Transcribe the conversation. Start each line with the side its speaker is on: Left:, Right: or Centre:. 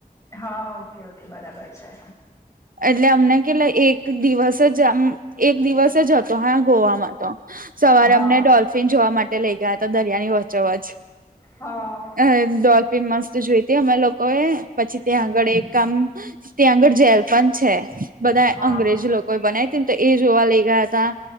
Left: હા ઓકે ઓકે બરાબર છે.
Right: એટલે અમને કેટલા એક દિવસ જ આમ એક દિવસે જ હતો હા ગોવામાં તો. સવારે
Left: હા
Right: અમને ડોલ્ફિન જોવા માટે લઈ ગયા હતા દરિયાની વચોવચ.
Left: હા
Right: હ ડોલફીન મસ્ત જોઈતી અમે લોકો એ પછી ત્યાં
Left: હમ
Right: આગળ એક કામ ત્યાં આગળ જેલ પણ છે બધા
Left: હા
Right: અંગ્રેજી લોકો બનાયી તી ને તો એ જોવા લઈ ગયા હતા.